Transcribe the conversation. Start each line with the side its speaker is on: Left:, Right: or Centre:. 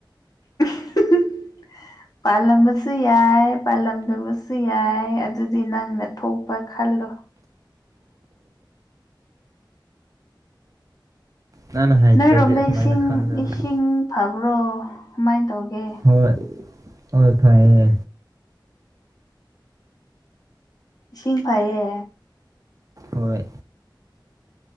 Left: <unintelligible> ꯄꯥꯜꯂꯝꯕꯁꯨ ꯌꯥꯏ ꯄꯥꯜꯂꯝꯗꯕꯁꯨ ꯌꯥꯏ ꯑꯗꯨꯗꯤ ꯅꯪꯅ ꯊꯣꯛꯄ ꯈꯜꯂꯣ
Right: ꯅꯪꯅ ꯍꯥꯏꯇ꯭ꯔꯗꯤ
Left: ꯅꯣꯏꯔꯣꯝꯗ
Right: ꯀꯃꯥꯏꯅ
Left: ꯏꯁꯤꯡ
Right: ꯈꯪꯗꯣꯏꯅꯣ
Left: ꯏꯁꯤꯡ ꯐꯕ꯭ꯔꯣ ꯀꯃꯥꯏꯅ ꯇꯧꯒꯦ
Right: ꯍ ꯍꯣꯏ ꯐꯩꯌꯦ
Left: ꯏꯁꯤꯡ ꯐꯩꯌꯦ
Right: ꯍꯣꯏ